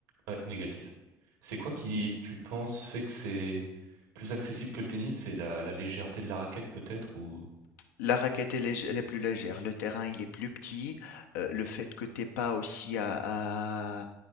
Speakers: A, on the right (about 80°); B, on the left (about 85°).
A: Ouais, négatif. C'est quoi qui, tu penses, fait que c'est plus accessible que le tennis? C'est la, la légèreté de la raquette peut-être ou...
B: La raquette elle est lég elle est plus légère, le terrain il est plus petit, heu, le fait que tu aies pas aussi à à